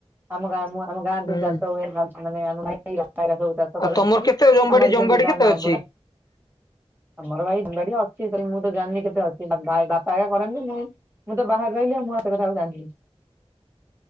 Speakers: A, on the right; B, on the left.
A: ଆମ ଗାଁ ମୁଁ ଆମ ଗାଁରେ
B: ହୁଁ।
A: ସବୁ ଚାଷ ହୁଏ ବାଞ୍ଚ ମାନେ ଆମ <unintelligible> ଚାଷ
B: ଆଉ
A: କରନ୍ତି
B: ତମର କେତେ ଜମିବାଡି
A: ଆମର
B: ଜମିବାଡି
A: ବି ସେମତି
B: କେତେ
A: ଧାନ
B: ଅଛି?
A: ବୁନା ଆମର ଭାଇ ଜମି଼ ବାଡି ଅଛି ମୁଁ ତ ଜାଣିନି କେତେ ଅଛି ବା ଭାଇ ବାପା ଏକା କରନ୍ତି ମୁ ମୁଁ ତ ବାହାରେ ରହିଲି ଆଉ ମୁଁ ଏତେ କଥାକୁ ଜାଣିନି